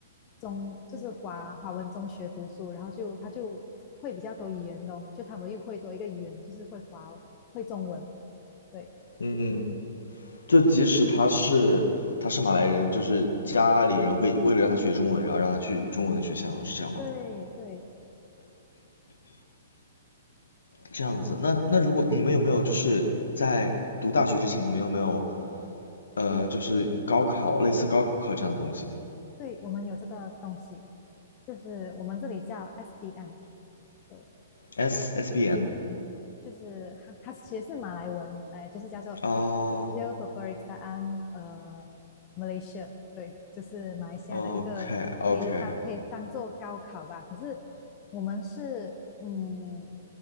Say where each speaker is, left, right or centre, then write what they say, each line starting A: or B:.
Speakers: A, on the left; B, on the left.
A: 中就是华华文中学读书，然后就他就会比较多语言咯，就他们又会多一个语言，就是会华会中文，对
B: 嗯，就即使他是他是马来人，就是家里人会为了让他学中文，然后让他去中文的学校，是这样吗？
A: 对对
B: 这样子，那那如果你们有没有就是在读大学之前，你们有没有呃，就是高考类似高考这样的东西
A: 对，我们有这个东西，就是我们这里叫 SBM，对
B: ？S S B M
A: 就是它它其实是马来文，哎，就是叫做
B: 哦
A: Ijo e r b e r i k s a a n 呃 Malaysia，对，就是马来西亚的一个可以当可以当做高考吧。
B: ，OK OK，
A: 可是我们是嗯，